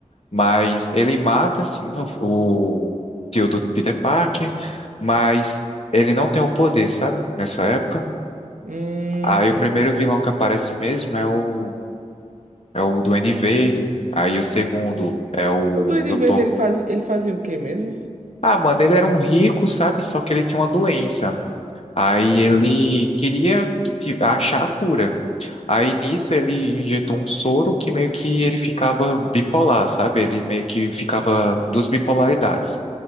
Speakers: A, on the left; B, on the right.
A: Mas ele mata, sim, o, o tio do Peter Parker, mas ele não tem o poder, sabe? Nessa época.
B: Hum.
A: Aí o primeiro vilão que aparece mesmo é o, é o Duende Verde. Aí o segundo é o
B: O Duende
A: Doutor.
B: Verde ele faz, ele fazia o quê mesmo?
A: Ah, mano, ele era um rico, sabe? Só que ele tinha uma doença. Aí ele queria que- achar a cura. Aí nisso ele injetou um soro que meio que ele ficava bipolar, sabe? Ele meio que ficava com duas bipolaridades.